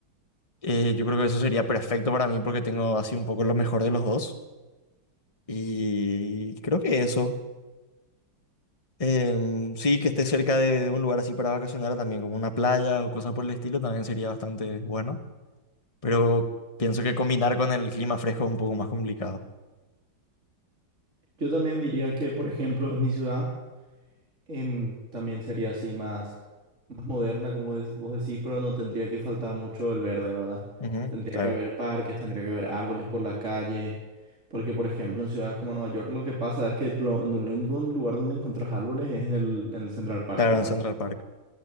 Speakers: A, on the left; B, on the right.
A: Eh, yo creo que eso sería perfecto para mí porque tengo así un poco lo mejor de los dos. Y creo que eso. Em, sí, que esté cerca de, de un lugar así para vacacionar también, como una playa o cosas por el estilo, también sería bastante bueno. Pero pienso que combinar con el clima fresco es un poco más complicado.
B: Yo también diría que, por ejemplo, en mi ciudad em, también sería así más, más moderna, como de- vos decís, pero no tendría que faltar mucho el verde, ¿verdad?
A: Ujú,
B: Tendría
A: claro,
B: que haber parques, tendría que haber árboles por la calle, porque, por ejemplo, en ciudades como Nueva York lo que pasa es que lo, no, lo único lugar donde encontrás árboles es en el, en el Central Park,
A: claro,
B: ¿verdad?
A: en Central Park.